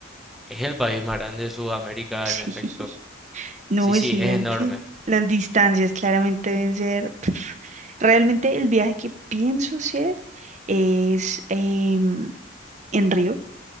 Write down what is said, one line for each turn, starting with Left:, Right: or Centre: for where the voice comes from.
Centre: Es el país más grande de Sudamérica,
Right: <laughs> Sí,
Centre: en efecto.
Right: no,
Centre: Sí, sí,
Right: es gigante.
Centre: es enorme.
Right: Las distancias claramente deben ser... <laughs> pf. Realmente el viaje que pienso hacer es em, en Río,